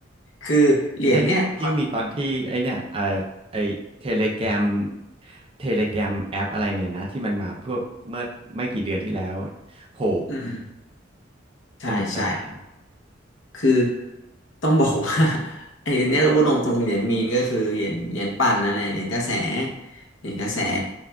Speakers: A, on the left (about 80°); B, on the right (about 30°).
A: คือเหรียญเนี่ยคอน
B: ถ้ายิ่งมีตอนที่ไอเนี่ยเอ่อไอเทเลแกรมเทเลแกรมแอปอะไรเนี่ยนะที่มันมาเพื่อเมื่อไม่กี่เดือนที่แล้วโห
A: อืมใช่ใช่
B: สนุกสนาน
A: คือต้องบอกว่า <laughs> ไอ้เนี่ยเราพูดตรงๆเหรียญมีนก็คือเหรียญเหรียญปั่นนั่นแหละเหรียญกระแสเหรียญกระแส
B: อือหือ